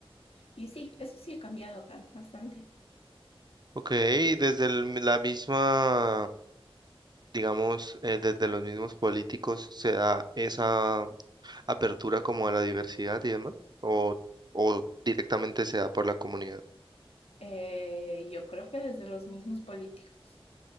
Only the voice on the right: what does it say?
ok, desde el- la misma, digamos, eh, desde los mismos políticos se da esa apertura como a la diversidad y demás, o, o directamente se da por la comunidad.